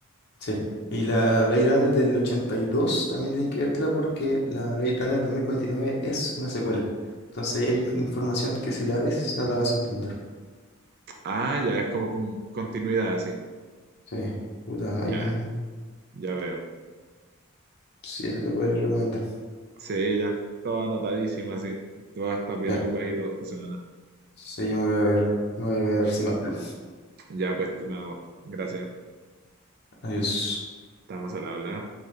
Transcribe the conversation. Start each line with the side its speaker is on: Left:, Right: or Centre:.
Left: Sí. Y la Blade Runner del 82 también tenéis que vértela porque la Blade Runner dos mil cuarenta y nueve es una secuela. Entonces hay información que si la ves no la vas a entender.
Right: Ah, ya, es como con continuidad, así.
Left: Sí, puta,
Right: Ya,
Left: ahí, eh,
Right: ya veo.
Left: sí, eso te podría recomendar.
Right: Sí, ya. Todo anotadísimo, así. Tú vas a estar bien
Left: Ya,
Right: ocupadito esta semana.
Left: sí, yo me voy a ver, me voy a ver Cima Blue.
Right: Ya, pues, estimado, gracias.
Left: Adiós.
Right: Estamos al habla.